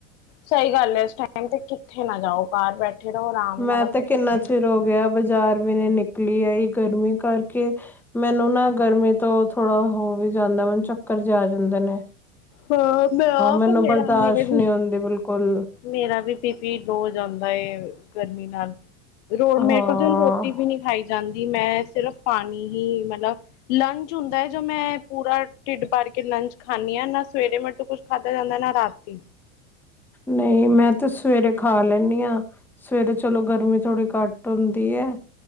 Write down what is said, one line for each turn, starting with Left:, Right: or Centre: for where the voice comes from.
Left: ਸਹੀ ਗੱਲ ਏ ਇਸ ਟਾਈਮ ਤੇ ਕਿੱਥੇ ਨਾ ਜਾਓ ਬਾਹਰ ਬੈਠੇ ਰਹੋ ਆਰਾਮ ਨਾਲ
Centre: ਮੈਂ
Left: ਆਪਣੇ
Centre: ਤੇ ਕਿੰਨਾ
Left: ਕਮਰੇ।
Centre: ਚਿਰ ਹੋ ਗਿਆ ਬਾਜ਼ਾਰ ਵੀ ਨਹੀਂ ਨਿਕਲੀ ਏਹੀ ਗਰਮੀ ਕਰਕੇ। ਮੈਨੂੰ ਨਾ ਗਰਮੀ ਤੋਂ ਥੋੜਾ ਹੋ ਵੀ ਜਾਂਦਾ ਮੈਨੂੰ ਚੱਕਰ ਜੇ ਆ ਜਾਂਦੇ ਨੇ।
Left: ਹਾਂ, ਮੈਂ ਆਪ
Centre: ਮੈਨੂੰ
Left: ਮੇਰਾ
Centre: ਬਰਦਾਸ਼ਤ
Left: ਮੇਰੇ ਵੀ,
Centre: ਨਹੀਂ ਹੁੰਦੀ ਬਿਲਕੁਲ
Left: ਮੇਰਾ ਵੀ। ਬੀ ਪੀ ਲੋ ਹੋ ਜਾਂਦਾ ਏ ਗਰਮੀ ਨਾਲ। ਰੋ
Centre: ਹਾਂ
Left: ਮੇਰੇ ਕੋਲ ਰੋਟੀ ਵੀ ਨਹੀਂ ਖਾਈ ਜਾਂਦੀ। ਜੀ ਮੈਂ ਸਿਰਫ ਪਾਣੀ ਹੀ ਮਤਲਬ ਲੰਚ ਹੁੰਦਾ ਹੈ ਜੋ ਮੈਂ ਪੂਰਾ ਢਿੱਡ ਭਰ ਕੇ ਲੰਚ ਖਾਨੀ ਹਾਂ ਨਾ ਸਵੇਰੇ ਮੇਰੇ ਤੋਹ ਕੁਛ ਖਾਧਾ ਜਾਂਦਾ ਨਾ ਰਾਤੀ।
Centre: ਨਹੀਂ ਮੈਂ ਤੇ ਸਵੇਰੇ ਖਾ ਲੈਣੀ ਆ ਸਵੇਰੇ ਚਲੋ ਗਰਮੀ ਥੋੜੀ ਘੱਟ ਹੁੰਦੀ ਹੈ।